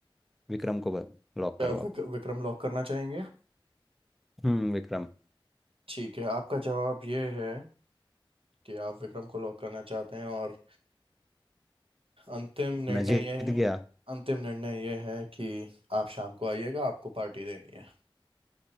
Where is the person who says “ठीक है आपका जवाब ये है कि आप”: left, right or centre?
Right